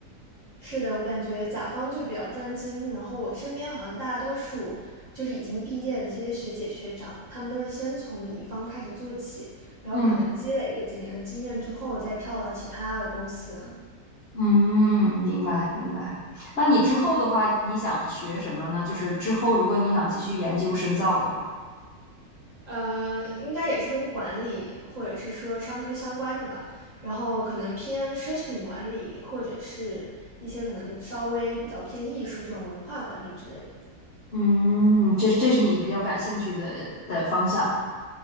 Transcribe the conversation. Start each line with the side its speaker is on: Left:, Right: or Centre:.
Right: 是的，我感觉甲方就比较专精，然后我身边好像大多数就是已经毕业的这些学姐学长，他们都是先从乙方开始做起，然后可能积累一个几年的经验之后，
Left: 嗯
Right: 再跳到其他的公司。
Left: 嗯，明白明白。那你之后的话，你想学什么呢？就是之后如果你想继续研究深造的话，
Right: 呃，应该也是跟管理或者是说商科相关的吧，然后可能偏奢侈品管理，或者是一些可能稍微比较偏艺术这种文化管理之类的。
Left: 嗯，这这是你比较感兴趣的呃的方向。